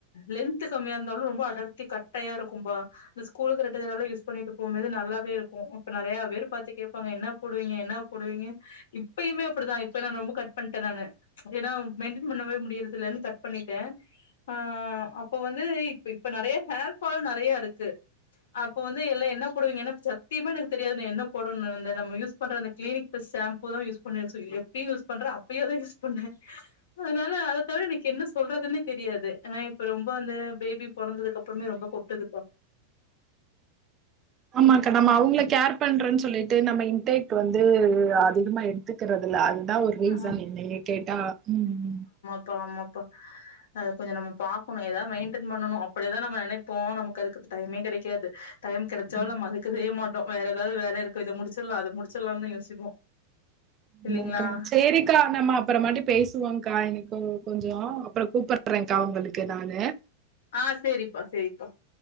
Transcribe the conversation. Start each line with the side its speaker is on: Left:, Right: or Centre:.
Left: லென்த்து கம்மியா இருந்தாலு ரொம்ப அடர்த்தி கட்டையா இருக்கும்பா இந்த ஸ்கூலுக்கு ரெட் ட ஜடலா யூஸ் பண்ணிட்டு போம்போது நல்லாவே இருக்கு அப்ப நறையா பேரு பாத்து கேப்பாங்க என்னா போடுவீங்க என்னா போடுவீங்க இப்பயுமே அப்படிதா இப்ப நான் ரொம்ப கட் பண்ட்டன் நானு ஏன்னா மெயின்டைன் பண்ணவே முடியறதுல்லன்னு கட் பண்ணிட்ட அ அ அப்ப வந்து இப்ப இப்ப நறைய ஹேர் ஃபால் நறைய இருக்கு அப்போ வந்து எல்லா என்ன போடுவீங்க என்னப் சத்தியமா எனக்கு தெரியாது நா என்ன போடறன்னு இந்த நம்ம யூஸ் பண்ற அந்த கிளினிக் இப்ப ஷாம்பூ தா யூஸ் பண்ணி <unintelligible> எப்பயு யூஸ் பண்ற அப்பயேதா யூஸ் பண்ணே அதனால அத தவர எனக்கு என்ன சொல்றதுன்னே தெரியாது எனா இப்ப ரொம்ப அந்த பேபி பொறந்தது அப்பறமே ரொம்ப கொட்டுதுப்பா
Right: ஆமாக்கா ஆமா அவங்கள கேர் பண்றேன்னு சொல்லிட்டு நம்ம இன்டெக் வந்து அதிகமா எடுத்துக்கிறது இல்ல அதுதா ஒர் ரீசன்
Left: ஆ
Right: என்னைய கேட்டா ம்ம்
Left: ப்பாமாப்பா அத கொஞ்ச நம்ம பாக்கணு ஏதாவது மெயின்டெயன் பண்ணணு அப்டிதா நெனைப்போ நமக்கு அதுக்கு டைமே கிடைக்காது டைம் கிடைச்சாலு
Right: ம்.
Left: நம்ம அது செய்யமாட்டோ வேற ஏதாவது வேல இருக்கு இத முடிச்சிடலா அத முடிச்சிடலாம்னு தா யோசிப்போ
Right: <inaudible>
Left: இல்லைங்களா
Right: க்கா செரிக்கா நம்ம அப்புற மாட்டி பேசுவோங்கா எனக்கு கொஞ்சோ அப்புறம் கூப்படுறேங்கா உங்களுக்கு நானு
Left: ஆ செரிப்பா செரிப்பா